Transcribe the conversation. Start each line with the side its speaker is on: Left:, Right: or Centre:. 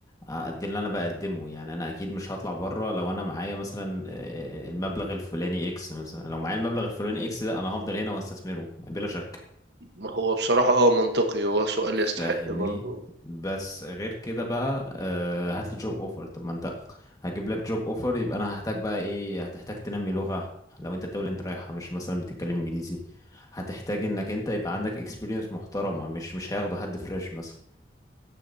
Left: قد اللي انا بقدمه يعني انا اكيد مش هطلع بره لو انا معايا مثلا آه، المبلغ الفلاني اكس مثلا لو معايا المبلغ الفلاني اكس ده انا هفضل هنا واستثمره يعني بلا شك
Right: ما هو بصراحه اه منطقي هو سؤال يستحق
Left: فاهمني
Right: برضو
Left: بس غير كده بقى آه، هات لي جوب اوفر طب ما انت هجيب لك جوب اوفر يبقى انا هحتاج بقى ايه هتحتاج تنمي لغة لو انت الدولة اللي انت رايحها مش مثلا بتتكلم انجليزي هتحتاج انك انت يبقى عندك اكسبيرينس محترمة مش مش هياخده حد فريش مثلا